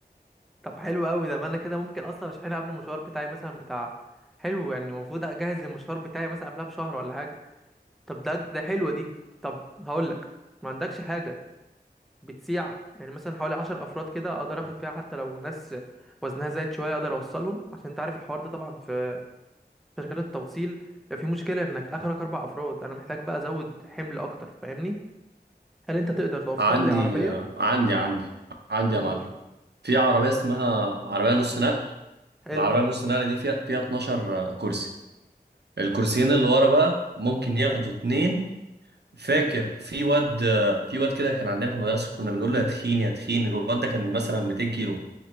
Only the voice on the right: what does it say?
عندي
آه عندي عندي عندي
يا معلم في عربيه اسمها عربيه نص نقل
العربيه نص نقل دي فيها فيها 12 كرسي الكرسيين اللي ورا بقى ممكن ياخدوا اتنين فاكر في واد في واد كده كان عندنا في المدرسة كنا بنقول له يا تخين يا تخين الواد ده كان مثلا 200 كيلو